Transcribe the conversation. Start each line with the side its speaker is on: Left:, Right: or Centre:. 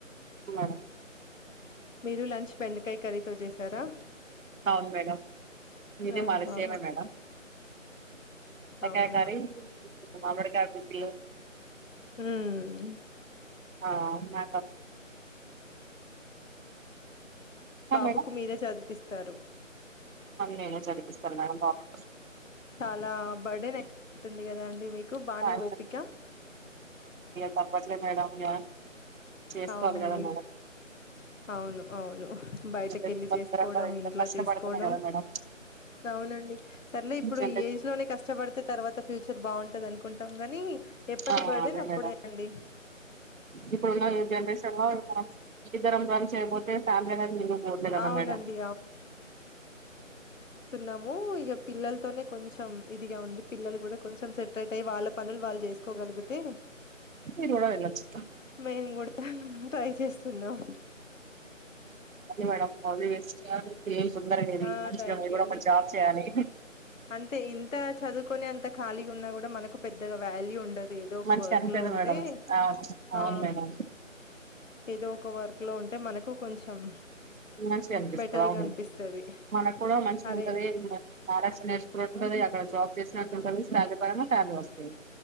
Right: అ
Left: మీరు లంచ్ బెండకాయ కర్రీతో చేసారా
Right: అవును మేడం ఇదే
Left: ఆహా!
Right: మరిసేవ మేడం ఎకా
Left: అవునా!
Right: కరే మామకా కుటిలు
Left: ఉమ్
Right: ఆ మా
Left: బాబుకు
Right: మేడం
Left: మీరే చదివిపిస్తారు.
Right: నేనే చదిపిస్తాను మేడం బ
Left: చాలా బర్డే నెచ్చపోతుంది కద అండి మీకు బానే
Right: అ
Left: ఓపిక?
Right: తాపాట్లే మేడం ఇగ చేసుకోవాలి
Left: అవునండి.
Right: కదా మడం
Left: అవును అవును బయటక
Right: కష్టపడుతున్నా
Left: వెళ్ళి చేసుకోవడం
Right: కదా ఇంత
Left: ఇంట్లో
Right: కష్టపడుతనే
Left: చేసుకోవడం
Right: కదా మేడం
Left: అవునండి సరలే ఇప్పుడు
Right: ఈ జనరేషన్
Left: ఏజ్ లోనే కష్టపడితే తర్వాత ఫ్యూచర్ బాగుంటు పంటది అనుకుంటాం కానీ ఎప్పటి
Right: ఆ
Left: బర్డేని
Right: అదే
Left: అప్పుడేయంండి
Right: మేడం ఇప్పుడున్న జెనరేషన్ లో ఉ రం రన్స్ అయపోతే ఫ్యామిలీ అది మందు పోద్దు కదా
Left: అవునండి
Right: మేడం
Left: నమో ఉయ్యప్ప పిల్లలతోనే కొంచెం ఇదిగా ఉంది పిల్లలు కూడా కొంచెం సెటరేట్ అయ్యి వాళ్ళ పనులు వాళ్ళు చేసుకోగలిగితే
Right: మీరు కూడా వెళ్ళొచ్చు
Left: మేము కూడా ట్రై చేస్తున్నాం
Right: మేడంలీస్ ఏం తొందరగాది
Left: ఆ
Right: మంచిగా
Left: థ్యాంక్
Right: మీరు
Left: యూ
Right: కూడా
Left: అండి
Right: ఒక జాబ్ చేయాలి
Left: అంతే ఇంత చదువుకొని అంత ఖాళీగా ఉన్నా కూడా మనకు పెద్దగా వాల్యూ ఉండదు ఏదో ఒక
Right: మంచిగా
Left: వర్క్
Right: అనిపియదు
Left: లో ఉంటే
Right: మేడం అవును అవును
Left: ఆ
Right: మేడం
Left: ఏదో ఒక వర్క్ లో ఉంటే మనకు కొంచెం
Right: మంచి అనిపిస్తుంది
Left: బెటర్గా
Right: అవును
Left: అనిపిస్తది
Right: మనకు కూడా మంచిగా
Left: అరే
Right: ఉంటది ఆరాచన ఇ ఉంటుంది అక్కడ జాబ్ చేసినట్టు ఉంటుంది శాలరీ పరంగా శాలరీ వస్తుంది